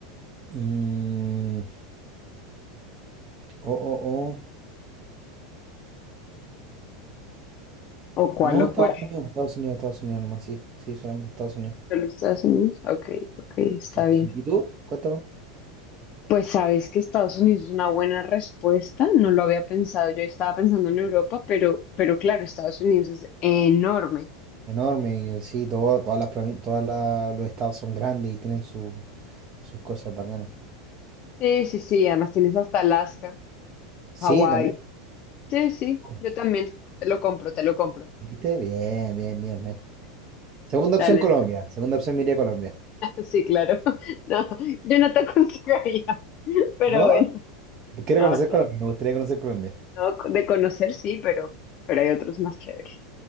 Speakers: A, on the right; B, on the left.
A: mm, o, o, o-
B: ¿O cuál
A: No,
B: o
A: Estados
B: cuál?
A: Unidos, Estados Unidos, Estados Unidos nomás, sí, sí, solamente Estados Unidos.
B: ¿Solo Estados Unidos? Ok, ok, está
A: Sí, sí,
B: bien.
A: sí. ¿Y tú? Cuéntame.
B: Pues sabes que Estados Unidos es una buena respuesta, no lo había pensado, yo estaba pensando en Europa, pero, pero claro, Estados Unidos es enorme.
A: Enorme, y eh, sí, todo- todas las provin- todas la- los estados son grandes y tienen su- sus cosas bacanas.
B: Sí, sí, sí, además tienes hasta Alaska,
A: Sí,
B: Hawái.
A: también.
B: Sí, sí,
A: Oh,
B: yo también, te lo compro, te lo compro.
A: ¿Viste? Bien, bien, bien, bien. Segunda opción,
B: Dale.
A: Colombia.
B: <laughs>
A: Segunda opción, me iría a Colombia.
B: Sí, claro. No, yo no te aconsejaría, pero
A: ¿No?
B: bueno,
A: Quiero
B: no,
A: conocer
B: sí.
A: Colombia, me gustaría conocer Colombia.
B: No, de conocer sí, pero, pero hay otros más chéveres.